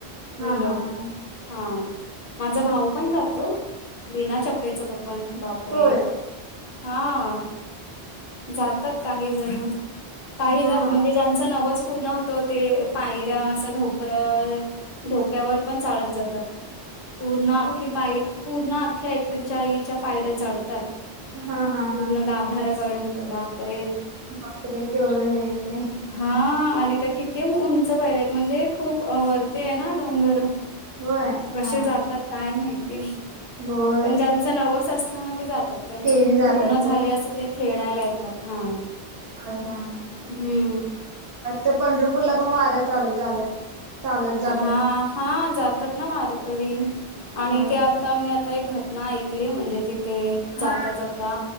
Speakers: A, on the left; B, on the right.
A: मुलं
B: हा हा हा
A: हा माझा भाऊ पण जातो बिना चपलेच तो पण बापरे
B: होय
A: हा जातात काही जण काही म्हणजे
B: हा
A: ज्यांच नवस पूर्ण होत ते पायऱ्या असं ढोपरं ढोप्यावर पण चालत जातात पूर्ण
B: हो
A: अख्खी पाय पूर्ण अख्ख्या ऐकरीच्या आईच्या पायऱ्या चढतात
B: हा हा
A: पूर्ण
B: हा
A: गाभाऱ्यापर्यंत बापरे
B: बकरर के ओढ हेेत
A: हा आणि त्या किती उंच पायर आहेत म्हणजे खूप वरते आहे ना डोनंगर
B: होय
A: कसे
B: हा
A: जातात
B: हा
A: काय माहिती
B: होय
A: पण ज्यांचं नवस असतना ते जातात त्यांच
B: तेन
A: मग
B: जातात
A: पूर्ण झाले असं ते फेडायला येतात हा
B: ह हा हा
A: हम्म
B: तर पंढरपूरला पण वाऱ्या चालू झाल्यात चालत जात्यात
A: हा हा जातात ना वारकरी आणि
B: होय
A: ते आता मी आता एक घटना ऐक िकली म्हणजे तिथे
B: हा
A: जाता जाता